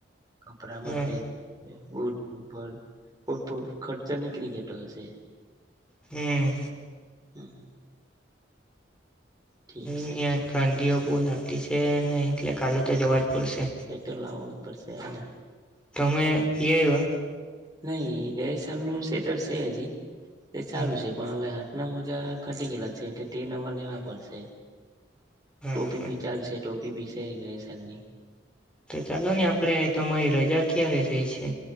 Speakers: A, on the right; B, in the centre.
A: કપડા
B: હમ
A: માટે ને બુટ. <unintelligible> ખર્ચા નીકરી જતો હશે.
B: હમ.
A: હમ. ઠીક
B: હું
A: છે
B: યા ઠંડીઓ બો લાગતી છે ને એટલે કાલે તો જવા જ પડશે
A: એતો લાવું પડશે હાને
B: તમે લી અયવા.
A: નહી ગયા સેમનું સ્વેટર છે હજી. એ સારું
B: હા
A: છે પણ હવે હા ના મોજા ફાટી ગયેલા છે એટલે તે નવા લેવા પડશે.
B: હા
A: ટોપી
B: હા
A: ભી ચાલશે ટો પી પીછાય ગય છેની.
B: તો ચાલો ને આપડે તમારી રજા ક્યારે પી છે?